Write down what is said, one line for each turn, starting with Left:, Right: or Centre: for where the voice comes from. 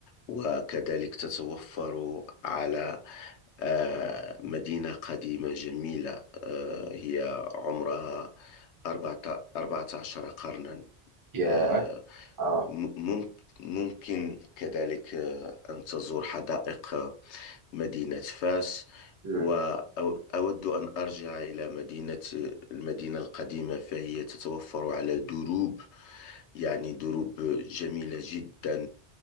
Left: وكذلك تتوفر على آه، مدينة قديمة جميلة آه، هي عمرها 14 قرنا
Right: ياه
Left: آه،
Right: اه
Left: م- مم- ممكن كذلك آه، أن تزور حدائق آه، مدينة فاس
Right: امم.
Left: وأود أن أرجع إلى مدينة المدينة القديمة فهي تتوفر على دروب يعني دروب جميلة جدا